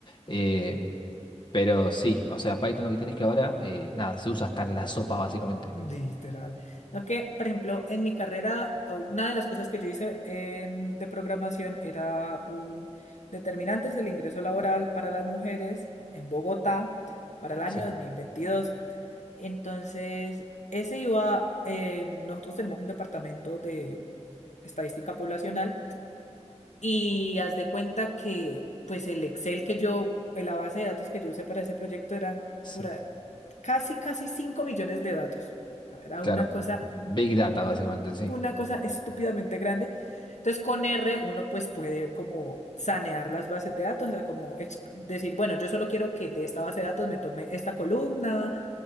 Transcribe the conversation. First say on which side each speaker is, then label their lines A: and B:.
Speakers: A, on the left (about 40°); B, on the left (about 75°).
A: Eh, pero sí, o sea, Python lo que tienes que ahora, eh, nada, se usa hasta en la sopa, básicamente.
B: Literal. No que, por ejemplo, en mi carrera, o una de las cosas que yo hice en, de programación era un determinantes del ingreso laboral para las mujeres en Bogotá para el año
A: Sí,
B: 2022. Entonces, ese iba, eh, nosotros tenemos un departamento de estadística poblacional y haz de cuenta que, pues el Excel que yo, la base de datos que yo usé para ese proyecto eran
A: sí.
B: pura- casi, casi 5 millones de datos. O sea, Era
A: Claro,
B: una cosa,
A: Big Data, básicamente, sí.
B: una cosa estúpidamente grande. Entonces, con R uno pues puede como sanear las bases de datos, o sea, como ex- decir, bueno, yo solo quiero que de esta base de datos me tome esta columna,